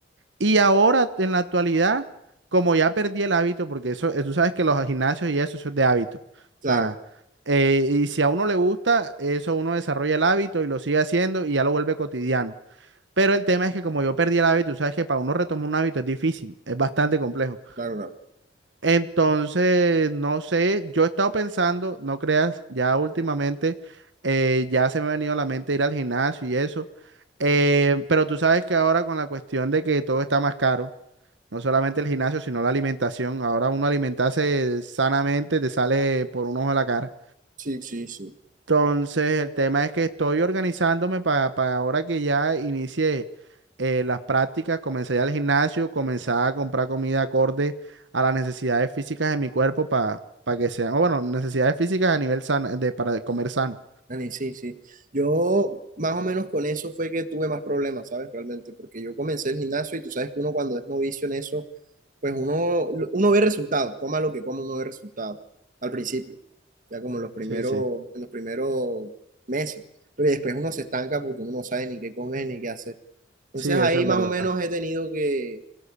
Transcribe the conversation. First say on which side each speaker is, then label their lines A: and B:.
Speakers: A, on the right; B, on the right.
A: Y ahora, en la actualidad, como ya perdí el hábito, porque eso, eh, tú sabes que los gimnasios y eso, eso es de hábito. O
B: Claro,
A: sea, eh, y si a uno le gusta, eso uno desarrolla el hábito y lo sigue haciendo y ya lo vuelve cotidiano. Pero el tema es que como yo perdí el hábito, tú sabes que para uno retomar un hábito es difícil, es bastante complejo.
B: claro, claro.
A: Entonces, no sé, yo he estado pensando, no creas, ya últimamente eh, ya se me ha venido a la mente ir al gimnasio y eso. Eh, pero tú sabes que ahora con la cuestión de que todo está más caro, no solamente el gimnasio, sino la alimentación, ahora uno alimentarse sanamente te sale por un ojo de la cara.
B: Sí, sí, sí.
A: Entonces, el tema es que estoy organizándome para, para ahora que ya inicié eh, las prácticas, comencé ya al gimnasio, comenzar a comprar comida acorde a las necesidades físicas de mi cuerpo para, para que sean, o bueno, necesidades físicas a nivel sano, de, para comer sano.
B: Dani, sí, sí. Yo más o menos con eso fue que tuve más problemas, ¿sabes? Realmente, porque yo comencé el gimnasio y tú sabes que uno cuando es novicio en eso, pues uno, uno ve resultados, coma lo que coma, uno ve resultados al principio, ya como en los primeros,
A: Sí, sí,
B: en los primeros meses. Pero después uno se estanca porque uno no sabe ni qué comer ni qué hacer. Entonces
A: sí,
B: ahí
A: eso es
B: más
A: verdad.
B: o menos he tenido que